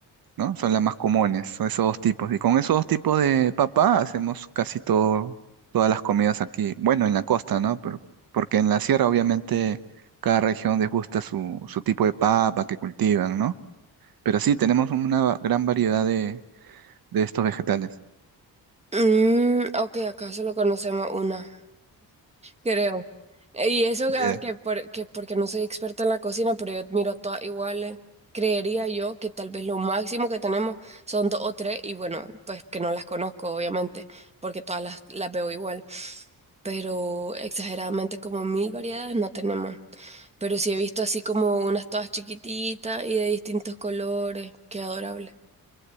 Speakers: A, on the right; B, on the right.
A: ¿no? Son las más comunes, son esos dos tipos. Y con esos dos tipos de papa hacemos casi todo, todas las comidas aquí. Bueno, en la costa, ¿no? Pero, porque en la sierra, obviamente, cada región les gusta su, su tipo de papa que cultivan, ¿no? Pero sí, tenemos una gran variedad de, de estos vegetales.
B: Mm, ok, acá solo conocemos una, creo. Y eso, a
A: Ya.
B: ver, que, por- que porque no soy experta en la cocina, pero yo miro todas iguales. Creería yo que tal vez lo máximo que tenemos son dos o tres, y bueno, pues que no las conozco, obviamente, porque todas las, las veo igual. Pero exageradamente como mil variedades no tenemos. Pero sí he visto así como unas todas chiquititas y de distintos colores. Qué adorable.